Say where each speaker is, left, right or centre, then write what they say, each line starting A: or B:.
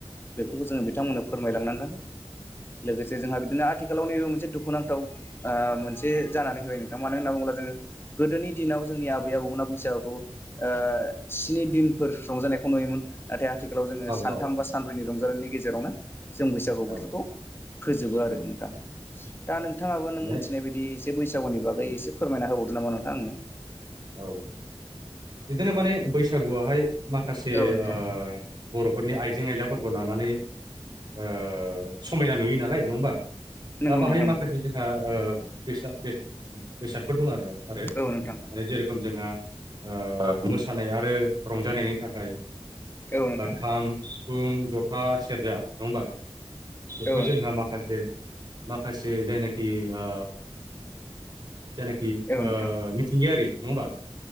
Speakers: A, on the left; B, on the right.
A: बेफोरखौ जोङो बिथांमोननो फोरमायलांनांगोन लोगोसे जोंहा बिदिनो आथि आथिखालाव नैबो मोनसे दुखुनांथाव ओ मोनसे जानानै होबाय नोंथां मानो होनना बुङोब्ला जोङो गोदोनि दिनाव जोंनि आबै आबौमोना बैसागखौ ओ स्नि दिनफोर रंजानायखौ नुयोमोन नाथाय आथिखालाव जोङो सानथाम
B: औ
A: बा सानब्रैनि रंजानायनि नि गेजेरावनो जों बैसागु
B: औ
A: बोथोरखौ फोजोबो
B: उम
A: आरो नोंथां दा नोंथाङाबो नों
B: माने
A: मिथिनाय बायदि एसे बैसागुनि बागै
B: उम
A: एसे फोरमायना होबावदो नामा नोंथां आंनो
B: औ बिदिनो माने बैसागुवाहाय माखासे
A: औ नोंथां
B: ओ बर'फोरनि आइजें आयलाफोरखौ लानानै ओ समायना नुयो नालाय नङा होमबा
A: नंगौ
B: दा बाहाय
A: नोंथां
B: माखासे
A: नंगौ
B: जोंहा ओ बेसाद बेसादफोर दं आरो। आरो
A: औ नोंथां
B: जेरोखोम जोंहा ओ मोसानाय आरो रंजानायनि थाखाय
A: औ नोंथां औ नोंथां
B: खाम सिफुं जथा था सेरजा नङा होमबा बेखौ
A: औ
B: जोंहा माखासे माखासे जायनाखि ओ जायनाखि ओ
A: नोंथां
B: मिंथिंगायारि नङा होमबा